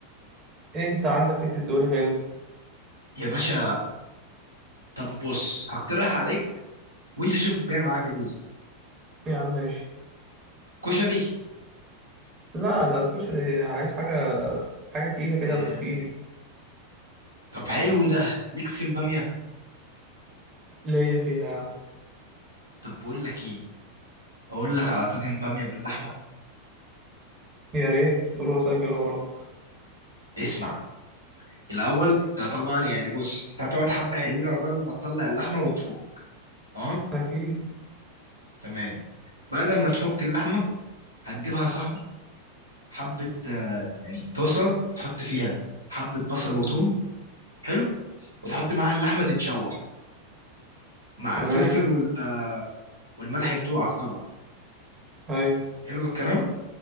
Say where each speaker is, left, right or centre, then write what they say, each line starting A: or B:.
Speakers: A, on the right (about 30°); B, on the right (about 80°).
A: انت عندك ايه تدوني حلو
B: يا باشا طب بص هقترح عليك وانت شوف جاي معاك ايه بالظبط
A: يا عم ماشي
B: كشري
A: لا لا مش عايز حاجه حاجه تقيله كده
B: مم.
A: بروتين
B: طب حلو ده ليك في البامية
A: ليا فيها يا عم
B: طب بقول لك ايه اقول لك على طاجن بامية باللحمة
A: يا ريت قول واسجل وراك
B: اسمع الاول انت طبعا يعني بص انت هتقعد حبة حلوين عقبال ما تطلع اللحمة وتفك تمام
A: اكيد
B: تمام بعد ما تفك اللحمة هتجيبها يا صاحبي حبة آه، يعني طاسة تحط فيها حبة بصل وثوم حلو وتحط معاها اللحمه تتشوح مع
A: تمام
B: الفلفل وال آه، والملح بتوعك طبعا
A: ايوه
B: حلو الكلام